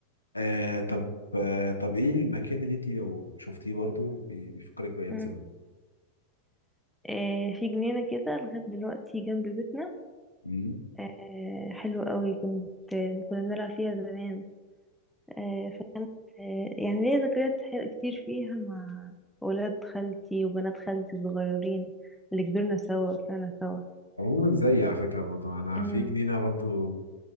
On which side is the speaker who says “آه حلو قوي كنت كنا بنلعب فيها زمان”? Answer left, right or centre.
Centre